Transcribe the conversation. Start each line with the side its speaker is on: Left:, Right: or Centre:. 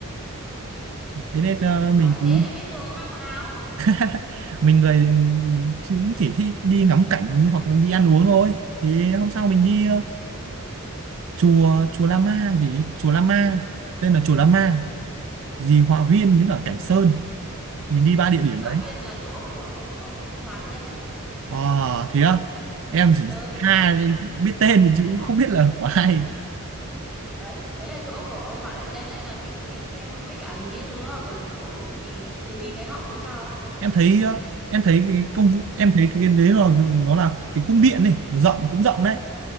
Centre: Ờ ok.
Right: thế nên ờ,
Centre: Hỏi
Right: mình
Centre: thế
Right: cứ
Centre: để biết đường có mang quần áo.
Right: <laughs> mình người chỉ chỉ thích đi ngắm cảnh hoặc đi ăn uống thôi thì hôm sau mình đi ờ,
Centre: Ok.
Right: chùa chùa Lama gì ấy. chùa Lama tên là chùa Lama
Centre: Ờ,
Right: dì Hòa Viên với cả Cảnh Sơn mình đi ba địa
Centre: Dĩ
Right: điểm
Centre: Hòa
Right: đấy
Centre: Viên là chỗ của ông ông Hòa Đại Nhân đấy.
Right: à thế à em chỉ
Centre: Ờ,
Right: ha biết tên thì chứ cũng không biết là của ai
Centre: đấy đấy là chỗ của ông Hòa Đại Nhân đấy là mình đi xem với cả hình như nó là gần chỗ của cái gì cái Từ Hy Thái Hậu hay sao ấy.
Right: em thấy ờ, em thấy cái công
Centre: Phải
Right: em
Centre: không?
Right: thấy cái đấy là nó là cái cung điện này nó rộng cũng rộng đấy